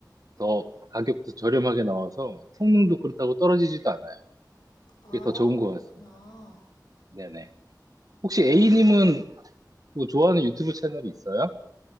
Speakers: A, on the right; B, on the left.
A: 더 가격도 저렴하게 나와서 성능도 그렇다고 떨어지지도 않아요.
B: 아,
A: 그게 더 좋은
B: 그렇구나.
A: 것 같습니다. 네네. 혹시 A님은
B: 어,
A: 뭐 좋아하는 유튜브 채널이 있어요?